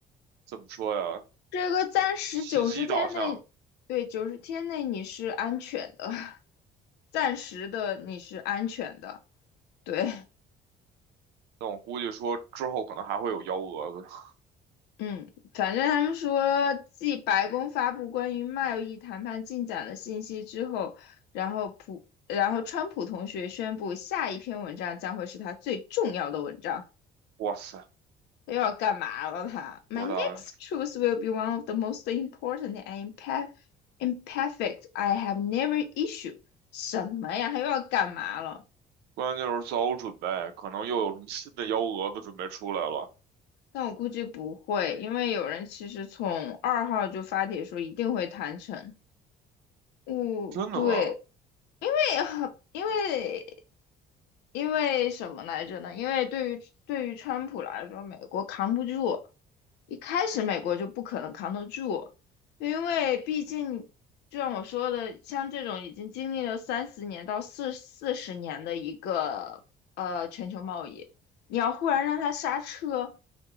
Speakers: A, on the right; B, on the left.
A: 怎么说呀？
B: 这个暂时九十天内，
A: 信息导向，
B: 对，九十天内你是安全的，<laughs> 暂时的你是安全的。对，
A: 但我估计说之后可能还会有幺蛾子。<laughs>
B: 嗯，反正他们说，继白宫发布关于贸易谈判进展的信息之后，然后普，然后川普同学宣布，下一篇文章将会是他最重要的文章。
A: 哇塞，
B: 又要干嘛了他？他，My
A: 不知道，
B: next truth will be one of the most important and impa- imperfect I have never issued。什么呀？他又要干嘛了？
A: 关键就是做好准备，可能又有什么新的幺蛾子准备出来了。
B: 但我估计不会，因为有人其实从二号就发帖说一定会谈成。哦，
A: 真的吗？
B: 对，对因为因为什么来着呢？因为对于对于川普来说，美国扛不住，一开始美国就不可能扛得住，因为毕竟就像我说的，像这种已经经历了三十年到四四十年的一个呃全球贸易，你要忽然让它刹车，